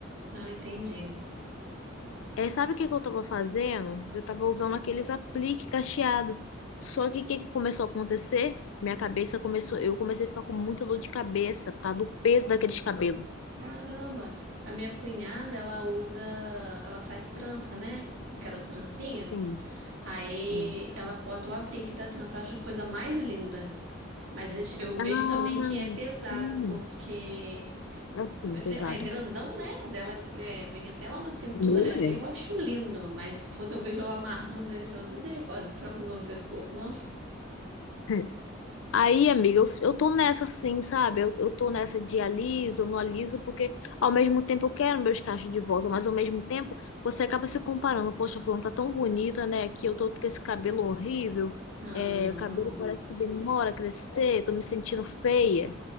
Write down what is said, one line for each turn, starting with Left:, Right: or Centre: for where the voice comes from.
Right: Ah, entendi.
Left: É, sabe o que que eu tava fazendo? Eu tava usando aqueles aplique cacheado. Só que o que que começou a acontecer? Minha cabeça começou, eu comecei a ficar com muita dor de cabeça por causa do peso daqueles cabelos.
Right: Caramba, a minha cunhada, ela usa, ela faz trança, né? Aquelas trancinhas.
Left: Sim.
Right: Aí
Left: Sim.
Right: ela bota o aplique da trança. Eu acho a coisa mais linda. Mas eu vejo
Left: Ah,
Right: também que é pesado,
Left: sim.
Right: porque
Left: Assim,
Right: sei
Left: pesado.
Right: lá, é grandão, né? O dela é, vem até lá na cintura.
Left: O Meu mesmo.
Right: Eu acho lindo, mas quando eu vejo ela amarrando ele, eu falo, misericórdia, não fica com dor no pescoço, não?
Left: <laughs> Aí, amiga, eu, eu tô nessa sim, sabe? Eu, eu tô nessa de aliso, não aliso, porque ao mesmo tempo eu quero meus cachos de volta, mas ao mesmo tempo você acaba se comparando. Poxa, fulano tá tão bonita, né? Que eu tô com esse cabelo horrível,
Right: Ah,
Left: é,
Right: não.
Left: o cabelo parece que demora a crescer, tô me sentindo feia.